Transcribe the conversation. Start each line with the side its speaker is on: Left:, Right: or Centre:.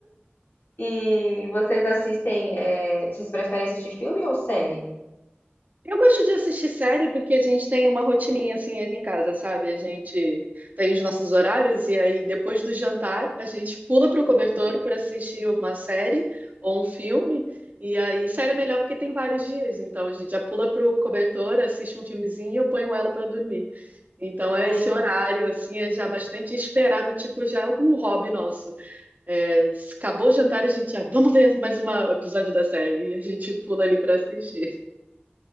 Left: E vocês assistem, é, vocês preferem assistir filme ou série?
Right: Eu gosto de assistir série porque a gente tem uma rotininha assim aqui em casa, sabe? A gente tem os nossos horários e aí depois do jantar a gente pula pro cobertor para assistir uma série ou um filme. E aí série é melhor porque tem vários dias, então a gente já pula pro cobertor, assiste um filmezinho e eu ponho ela para dormir. Então é
Left: Uhum.
Right: esse horário assim é já bastante esperado, tipo já um hobby nosso. É, acabou o jantar, a gente já, vamos ver mais um episódio da série. E a gente pula ali pra assistir.